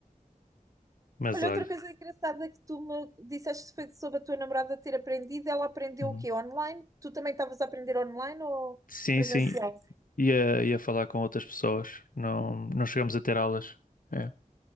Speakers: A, on the left; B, on the right.
A: Mas
B: Olha,
A: olha,
B: outra coisa engraçada que tu me disseste foi sobre a tua namorada ter aprendido. Ela aprendeu
A: uhum.
B: o quê? Online? Tu também estavas a aprender online ou
A: Sim,
B: presencial?
A: sim, ia, ia falar com outras pessoas. Não, não chegamos a ter aulas. É.